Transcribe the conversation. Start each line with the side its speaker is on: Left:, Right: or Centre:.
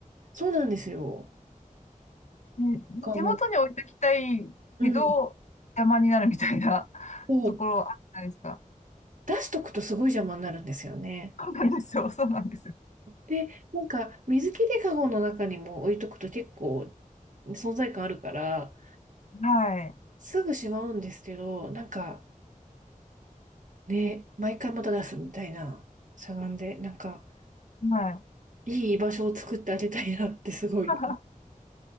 Right: そうなんですよ。
Left: ね手元に置いときたいけど、
Right: かもう。うん。
Left: 邪魔になるみたいな <laughs>
Right: そう
Left: ところあるじゃないですか。
Right: 出しとくとすごい邪魔になるんですよね。
Left: そうなんですよ。<laughs> そうなんですよ。
Right: で、なんか水切りかごの中にも置いとくと結構存在感あるから、
Left: はい。
Right: すぐしまうんですけど、なんかね、毎回また出すみたいなしゃがんで、なんか
Left: はい。
Right: いい居場所を作ってあげたいなってすごい。
Left: <laughs>